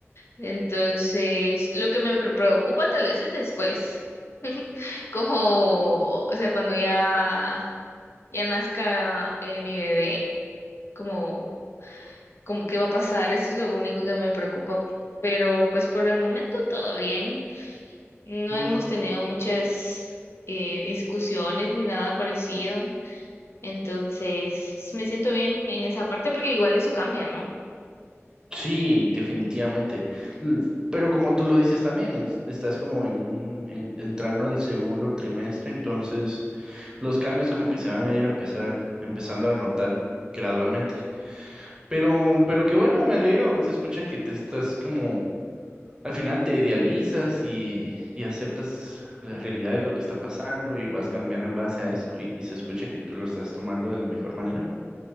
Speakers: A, on the left (about 60°); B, on the right (about 15°).
A: Entonces, lo que me pre- preocupa tal vez es después, <laughs> como, o sea, cuando ya, ya nazca eh, mi bebé, como, como qué va a pasar, eso es lo único que me preocupa. Pero pues por el momento todo bien. No
B: Ujú.
A: hemos tenido muchas eh, discusiones ni nada parecido. Entonces, me siento bien en esa parte porque igual eso cambia, ¿no?
B: Sí, definitivamente. L- Pero como tú lo dices también, es- estás como en un, en- entrando al segundo trimestre, entonces los cambios como que se van a ir a empezar, a- empezando a notar gradualmente. Pero, pero qué bueno, me alegro. Se escucha que te estás como, al final te idealizas y, y aceptas la realidad de lo que está pasando y vas cambiando en base a eso y, y se escucha que tú lo estás tomando de la mejor manera.